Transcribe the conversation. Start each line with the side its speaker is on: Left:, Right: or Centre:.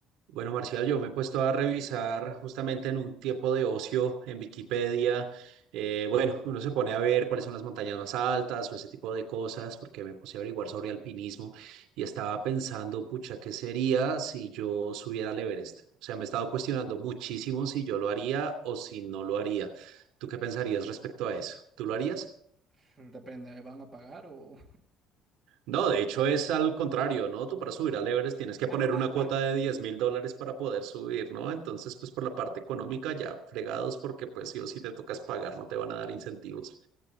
Right: Bueno, Marcial, yo me he puesto a revisar justamente en un tiempo de ocio en Wikipedia. eh, bueno, uno se pone a ver cuáles son las montañas más altas o ese tipo de cosas, porque me puse a averiguar sobre alpinismo y estaba pensando, pucha, ¿qué sería si yo subiera al Everest? O sea, me he estado cuestionando muchísimo si yo lo haría o si no lo haría. ¿Tú qué pensarías respecto a eso? ¿Tú lo
Centre: Dep-
Right: harías?
Centre: depende, ¿me van a pagar o...?
Right: No, de hecho es al contrario, ¿no? Tú para subir al Everest tienes
Centre: <laughs>
Right: que poner una cuota de diez mil dólares para poder subir, ¿no? Entonces, pues por la parte económica ya fregados porque pues sí o sí te tocas pagar, no te van a dar incentivos.